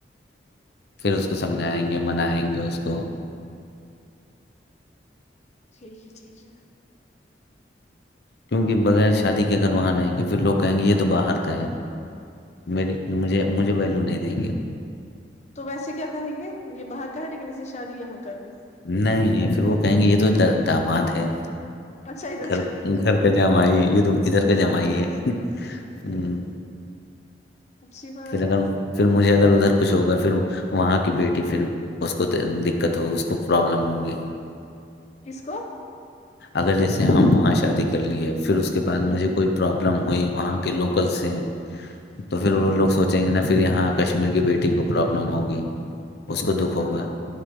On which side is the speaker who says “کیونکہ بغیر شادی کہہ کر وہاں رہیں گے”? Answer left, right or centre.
Left